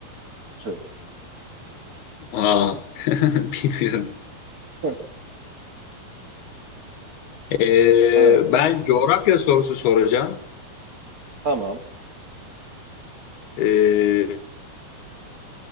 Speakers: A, on the right (about 75°); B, on the left (about 80°).
A: Kütü.
B: Aa, <laughs> bilmiyorum.
A: <laughs>
B: Ee,
A: Evet.
B: ben coğrafya sorusu soracağım.
A: Tamam.
B: Ee,